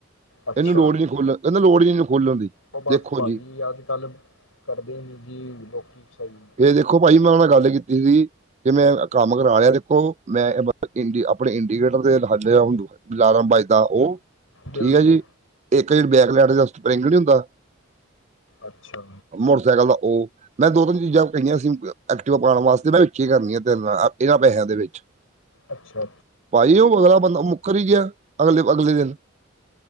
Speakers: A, on the left; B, on the right.
A: ਅੱਛਾ
B: ਇਹਨੂੰ ਲੋੜ ਨੀ ਖੋਲਣ ਇਹਨੂੰ ਲੋੜ ਨੀ ਖੋਲਣ ਦੀ
A: ਉਹ ਬਸ
B: ਦੇਖੋ
A: ਭਾਜੀ
B: ਜੀ।
A: ਅੱਜ ਕੱਲ੍ਹ ਕਰਦੇ ਨੀ ਜੀ ਲੋਕੀ ਸਹੀ
B: ਫੇਰ ਦੇਖੋ ਭਾਜੀ ਮੈਂ ਉਹ ਨਾਲ ਗੱਲ ਕੀਤੀ ਸੀ ਕਿ ਮੈਂ ਕੰਮ ਕਰਾ ਲਿਆ ਤੇ ਮੈਂ ਇੰ ਆਪਣੇ ਇੰਡੀਕੇਟਰ ਤੇ ਲ ਲ ਲ ਏਦਾਂ ਉਹ
A: ਬਿਲਕੁਲ
B: ਠੀਕ ਹੈ ਜੀ ਇੱਕ ਜਿਹੜੀ ਬੈਕ ਲੈਟ ਦਾ ਸਪਰਿੰਗ ਨੀ ਹੁੰਦਾ
A: ਅੱਛਾ
B: ਮੋਟਰਸਾਈਕਲ ਦਾ ਉਹ। ਮੈਂ ਦੋ ਤਿੰਨ ਚੀਜ਼ਾਂ ਕਹੀਆਂ ਸੀ ਐਕਟਿਵਾ ਪਾਉਣ ਵਾਸਤੇ ਮੈਂ ਵਿੱਚੇ ਹੀ ਕਰਨੀੀਆਂ ਇਹਨਾਂ ਪੈਸਿਆਂ ਦੇ ਵਿੱਚ
A: ਅੱਛਾ ਅੱਛਾ
B: ਭਾਈ ਉਹ ਅਗਲਾ ਬੰਦਾ ਮੁੱਕਰ ਹੀ ਗਿਆ ਅਗਲੇ ਅਗਲੇ ਦਿਨ